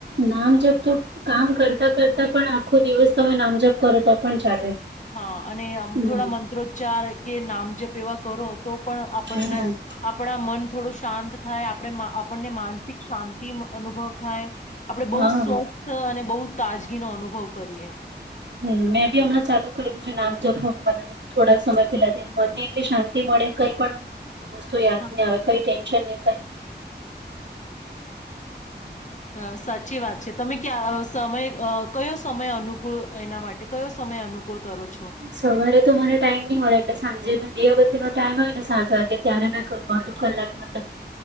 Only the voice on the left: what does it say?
હા અને
થોડા મંત્રોચ્ચાર કે નામજપ એવા કરો તો પણ આપણને
આપણા મન થોડો શાંત થાય આપણે આપણને માનસ શાંતિ અનુભવ થાય. આપણેે બહુ
સ્વસ્થ અને બહુ તાજગી નો અનુભવ કરીએ.
હા
હા સાચી વાત છે તમે ક્યાં સમય કયો સમય અનુકૂળ એના માટે કયો સમય અનુકૂળ કરો છો